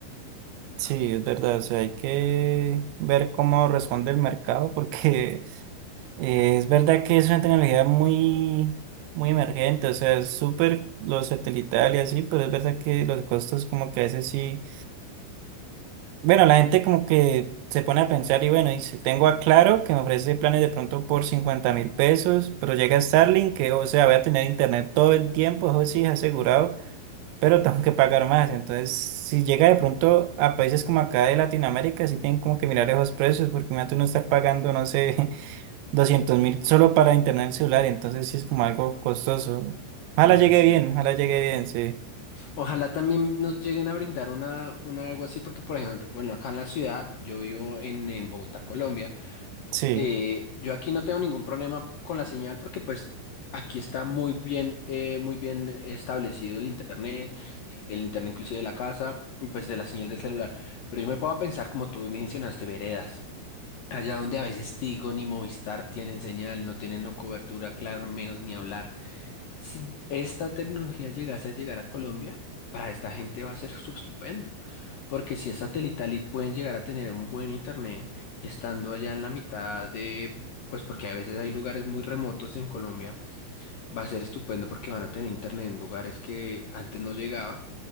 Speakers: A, on the right; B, on the left.
A: Sí, es verdad, o sea, hay que ver cómo responde el mercado porque Eh, Es verdad que es una tecnología muy, muy emergente, o sea, es súper lo satelital y así, pero es verdad que los costos como que a veces sí, bueno, la gente como que se pone a pensar y bueno, dice tengo a Claro que me ofrece planes de pronto por cincuenta mil pesos, pero llega Starlink que, o sea, voy a tener internet todo el tiempo, eso sí es asegurado, pero <laughs> tengo que pagar más, entonces si llega de pronto a países como acá de Latinoamérica, sí tienen como que mirar esos precios, porque imagínate uno está pagando, no sé doscientos mil solo para internet celular, entonces sí es como algo costoso. Ojalá
B: Bueno,
A: llegue
B: sí
A: bien,
B: es,
A: ojalá llegue bien, sí,
B: ojalá también nos lleguen a brindar una, una algo así, porque por ejemplo, bueno, acá en la ciudad, yo vivo en, en Bogotá, Colombia.
A: sí,
B: Eh, yo aquí no tengo ningún problema con la señal porque pues aquí está muy bien, eh, muy bien establecido el internet, el internet inclusive de la casa y pues de la señal del celular. Pero yo me puedo pensar, como tú mencionaste, veredas. Allá donde a veces Tigo ni Movistar tienen señal, no tienen no cobertura, claro, menos ni hablar si esta tecnología llegase a llegar a Colombia, para esta gente va a ser sub- estupendo, porque si es satelital y pueden llegar a tener un buen internet estando allá en la mitad de, pues porque a veces hay lugares muy remotos en Colombia, va a ser estupendo porque van a tener internet en lugares que antes no llegaba